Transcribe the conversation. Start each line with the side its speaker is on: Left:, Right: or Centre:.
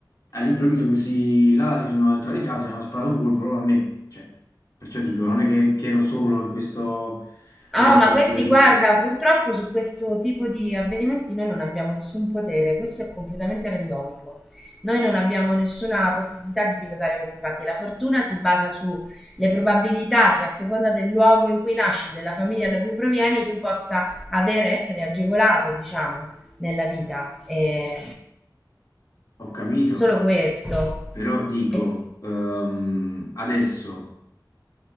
Left: all'improvviso questi là li sono entrati in casa e hanno sparato un colpo proprio a me, cioè, perciò dico, non è che, che ero solo in questo residence
Centre: Oh, ma questi,
Left: dove tutti...
Centre: guarda, purtroppo su questo tipo di avvenimenti noi non abbiamo nessun potere, questo è completamente randomico. Noi non abbiamo nessuna possibilità di pilotare questi fatti. La fortuna si basa sulle probabilità che a seconda del luogo in cui nasci, della famiglia da cui provieni, tu possa avere, essere agevolato, diciamo, nella vita. E
Left: Ho capito,
Centre: solo questo.
Left: Però dico,
Centre: E
Left: ehm, adesso